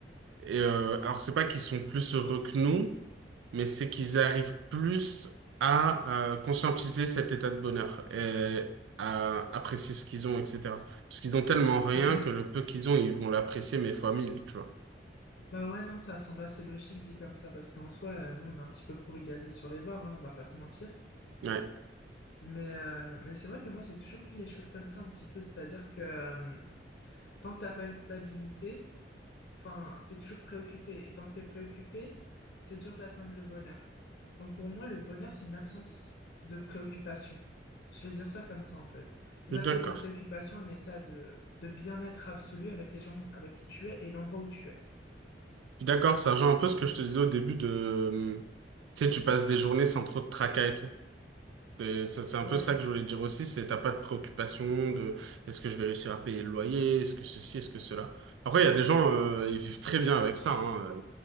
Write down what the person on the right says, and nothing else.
Et euh, alors, c'est pas qu'ils sont plus heureux que nous, mais c'est qu'ils arrivent plus à euh, conscientiser cet état de bonheur et à apprécier ce qu'ils ont, etc. Parce qu'ils ont tellement rien
que le peu qu'ils ont, ils vont l'apprécier, mais fois mille, tu vois.
Ouais,
je suis
d'accord.
Je suis d'accord, ça rejoint un peu ce que je te disais au début de... Tu sais, tu passes des journées sans trop de tracas et tout. C'est c'est- c'est un
peu ça que je voulais dire aussi, c'est t'as pas de préoccupation de est-ce que je vais réussir à payer le loyer, est-ce que ceci, est-ce que cela. Après, il y a des gens, euh,
ils vivent très bien avec ça, hein,